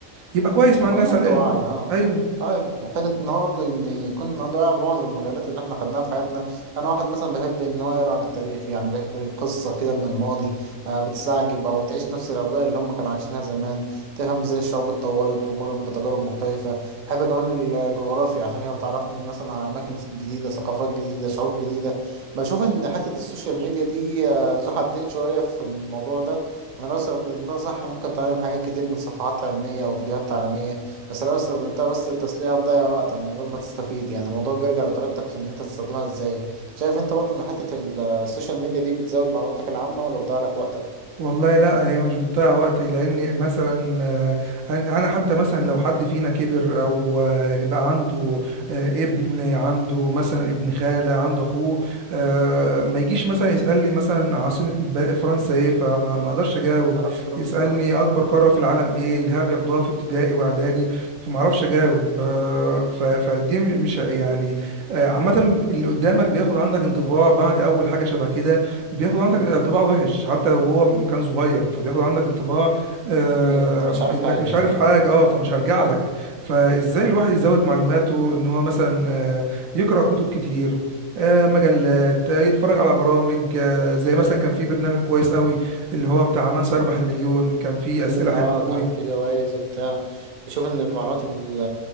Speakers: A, on the right; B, on the right.
A: يبقى كويس
B: يكون
A: مع الناس
B: عنده
A: على الأقل
B: وعي اه
A: أيوه
B: اه حتة ان هو برضه ان يكون عنده وعي بمعظم المجالات اللي احنا خدناها في حياتنا انا واحد مثلا بحب ان هو يقرا عن التاريخ يعني بيحكي قصة كده من الماضي آه بتستعجب او بتعيش نفس الاوجاع اللي هم كانوا عايشينها زمان تفهم ازاي الشعوب اتطورت ومرت بتجارب مختلفة بحب كمان الجغرافيا عشان هي بتعرفني مثلا على اماكن جديدة ثقافات جديدة شعوب جديدة بشوف ان حتة السوشيال ميديا دي آه ذو حدين شوية في الموضوع ده انا لو استخدمتها صح ممكن تعلم حاجات كتير من صفحات علمية او فيديوهات تعليمية بس لو استخدمتها بس للتسلية هتضيع وقتك من غير ما تستفيد يعني الموضوع بيرجع لطريقتك في ان انت تستخدمها ازاي شايف انت برضو ان حتة ال- السوشيال ميديا دي بتزود معلوماتك العامة ولا بتضيع لك وقتك
A: والله لا هي مش بتضيع وقت لان مثلا آه، انا أنا حتى مثلا لو حد فينا كبر او آه، بقى عنده آه، ابن عنده مثلا ابن خالة عنده اخوه آه، ما يجيش مثلا يسألني مثلا عاصمة بر- فرنسا ايه فما ما اقدرش اجاوب
B: ما تعرفش ترد
A: يسألني
B: ها
A: اكبر قارة في العالم ايه اللي هي بياخدوها في ابتدائي واعدادي فما اعرفش اجاوب آه، ف- فدي مش يعني آه، عامة اللي قدامك بياخد عنك انطباع بعد اول حاجة شبه كده بياخد عندك
B: مم.
A: انطباع وحش حتى لو هو م- كان صغير فبياخد عندك انطباع آه
B: ايوه انت مش
A: انك
B: عارف حاجة
A: مش عارف
B: فاهم
A: حاجه اه فمش هرجع لك فازاي الواحد يزود معلوماته ان هو مثلا آه، يقرا كتب كتير آه مجلات آه يتفرج على برامج آه زي مثلا كان في برنامج كويس قوي اللي هو بتاع من سيربح المليون كان فيه
B: مم،
A: اسئله
B: اه
A: حلوه
B: كان
A: قوي
B: في جوائز وبتاع بشوف ان المعلومات ال-